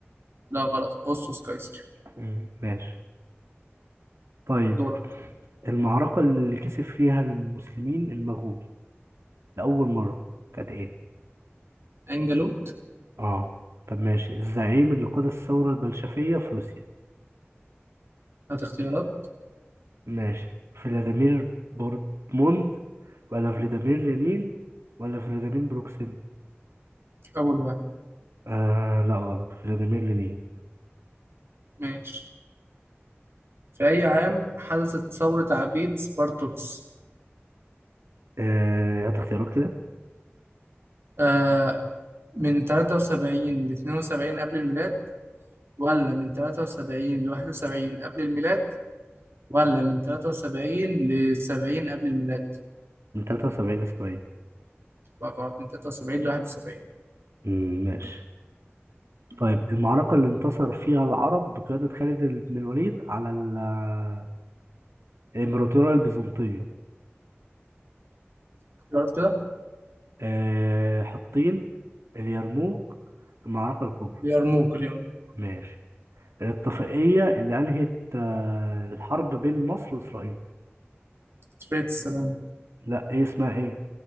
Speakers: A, on the right (about 60°); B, on the right (about 75°).
A: لا غلط أغسطس قيصر
B: مم. ماشي طيب
A: دورك
B: المعركة اللي كسب فيها المسلمين المغول لأول مرة كانت ايه؟
A: أنجلوت
B: اه طب ماشي الزعيم اللي قاد الثورة البلشفية في روسيا
A: هات اختيارات
B: ماشي فلاديمير بورتموند ولا فلاديمير لينين ولا فلاديمير بروكسين
A: أول واحد
B: آه لا غلط فلاديمير لينين
A: ماشي في أي عام حدثت ثورة عبيد سبارتوكس
B: آه هات اختيارات كده
A: آه من 73 ل 72 قبل الميلاد ولا من 73 ل 71 قبل الميلاد ولا من 73 ل 70 قبل الميلاد
B: من 73 ل 70
A: بقى غلط من 73 ل 71
B: مم، ماشي طيب المعركة اللي انتصر فيها العرب بقيادة خالد بن الوليد على ال- الإمبراطورية البيزنطية
A: اختيارات كده
B: آه حطين اليرموك المعركة الكبرى
A: اليرموك اليرموك
B: ماشي الاتفاقية اللي أنهت آه الحرب بين مصر وإسرائيل
A: اتفاقية السلام
B: لا ايه اسمها ايه